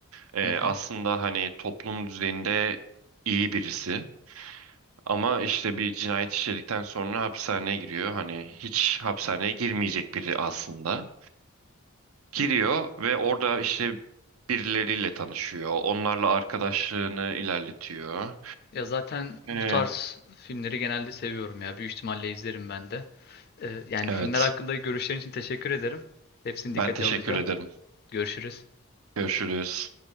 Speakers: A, on the right; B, on the left.
A: Ee,
B: hı
A: aslında
B: hı.
A: hani toplum düzeyinde iyi birisi. Ama işte bir cinayet işledikten sonra hapishaneye giriyor. Hani hiç hapishaneye girmeyecek biri aslında. Giriyor ve orada işte birileriyle tanışıyor. Onlarla arkadaşlığını ilerletiyor.
B: Ya zaten
A: Ee,
B: bu tarz filmleri genelde seviyorum ya. Büyük ihtimalle izlerim ben de. Ee, yani
A: evet.
B: filmler hakkında görüşlerin için teşekkür ederim. Hepsini dikkate
A: Ben teşekkür
B: alacağım.
A: ederim.
B: Görüşürüz.
A: Görüşürüz.